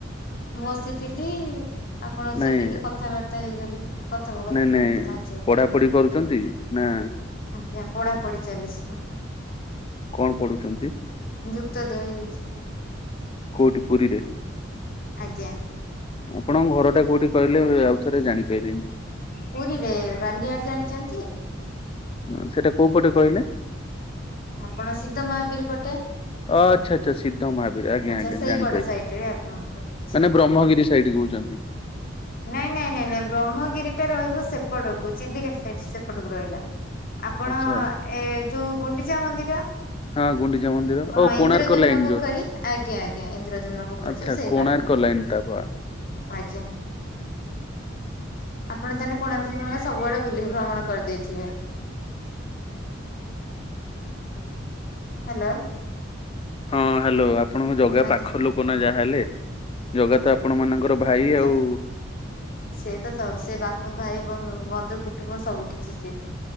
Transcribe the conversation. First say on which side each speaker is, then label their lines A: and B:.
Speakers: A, on the left; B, on the left.
A: ମୁଁ ବସିଥିଲି ଆପଣଙ୍କ
B: ନାଇଁ
A: ସହ ଟିକେ କଥାବାର୍ତ୍ତା ହେଇଗଲି। କଥୋପକଥନ
B: ନାଇଁ ନାଇଁ
A: ସାହାଯ୍ୟରେ
B: ପଢା ପଢି କରୁଛନ୍ତି ନା
A: ଆଜ୍ଞା ପଢାପଢି ଚାଲିଛି ନା।
B: କଣ ପଢୁଛନ୍ତି
A: ଯୁକ୍ତ ଦୁଇ
B: କୋଉଠି ପୁରୀରେ?
A: ଆଜ୍ଞା।
B: ଆପଣଙ୍କ ଘର ଟା କୋଉଠି କହିଲେ ଆଉ ଥରେ ଜାଣିପାଇଲିନି।
A: ପୁରୀରେ ବାଲିଆଡ ଜାଣିଛନ୍ତି?
B: ହଁ ସେଇଟା କୋଉ ପଟେ କହିଲେ?
A: ଆପଣ ସିଦ୍ଧ ମହାବୀର ପଟେ।
B: ଅ ଆଚ୍ଛା ଆଚ୍ଛା ସିଦ୍ଧ ମହାବୀର ଆଜ୍ଞା
A: ଆଚ୍ଛା
B: ଆଜ୍ଞା
A: ସେଇପଟ
B: ଜାଣିପାଇଲି।
A: ସାଇଟ ରେ ଆପଣଙ୍କର ରହୁଛି।
B: ମାନେ ବ୍ରହ୍ମଗିରି ସାଇଡ କହୁଛନ୍ତି।
A: ନାଇଁ ନାଇଁ ନାଇଁ ନାଇଁ ବ୍ରହ୍ମଗିରି ଟା ରହିବୁ ସେପଟକୁ ଚିଲିକା ସାଇଟ ସେପଟକୁ ରହିଲା। ଆପଣ
B: ଆଚ୍ଛା
A: ଏ ଯୋଉ ଗୁଣ୍ଡିଚା ମନ୍ଦିର
B: ହଁ ଗୁଣ୍ଡିଚା ମନ୍ଦିର
A: ହଁ
B: ଓ କୋଣାର୍କ
A: ଇନ୍ଦ୍ରଦ୍ୟୁମ୍ନ
B: ଲାଇନ
A: ପୋଖରୀ
B: ଯୋଉ
A: ଆଜ୍ଞା ଆଜ୍ଞା ଇନ୍ଦ୍ରଦ୍ୟୁମ୍ନ ପୋଖରୀ
B: ଆଚ୍ଛା
A: ଯୋଉ ସେଇ
B: କୋଣାର୍କ
A: ପାଖାପାଖି।
B: ଲାଇନ ତାପ
A: ଆଜ୍ଞା। ଆପଣ ତାହେଲେ କୋଣାର୍କମେଳା ସବୁଆଡେ ବୁଲି ଭ୍ରମଣ କରିଦେଇଥିବେ? ହ୍ୟାଲୋ।
B: ହଁ ହ୍ୟାଲୋ ଆପଣଙ୍କ ଜଗା
A: ଆଜ୍ଞା।
B: ପାଖ ଲୋକ ନା ଯାହେଲେ। ଜଗା ତ ଆପଣ ମାନଙ୍କର ଭାଇ
A: ଯା
B: ଆଉ
A: ସେ ତ ସବୁ ସେ ବାପା, ଭାଇ, ବନ୍ ବନ୍ଧୁ କୁଟୁମ୍ବ ସବୁ କିଛି ସିଏ।